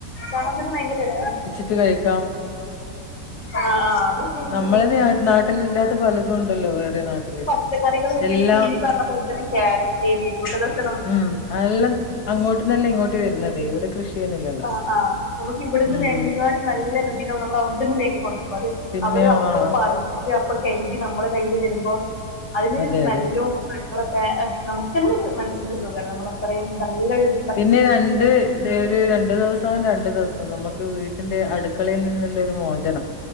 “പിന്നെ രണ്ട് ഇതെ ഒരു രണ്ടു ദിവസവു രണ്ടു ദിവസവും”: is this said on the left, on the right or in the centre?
Left